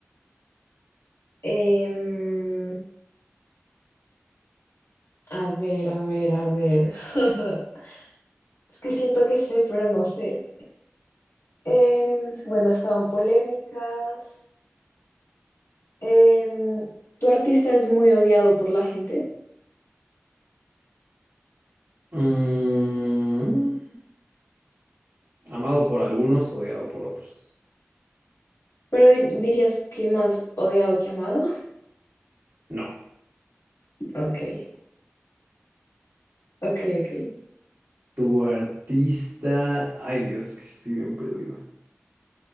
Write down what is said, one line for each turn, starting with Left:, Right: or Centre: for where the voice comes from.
Left: Em, a ver, a ver, a ver. <laughs> Es que siento que sé, pero no sé. Em, bueno, estaban polémicas. Em, tu artista es muy odiado por la gente,
Right: Mm, Amado por algunos, odiado por otros.
Left: pero dir- dirías que más odiado que amado. <laughs>
Right: No.
Left: Ok, ok, ok.
Right: Tu artista, ay Dios, es que sí estoy bien perdido.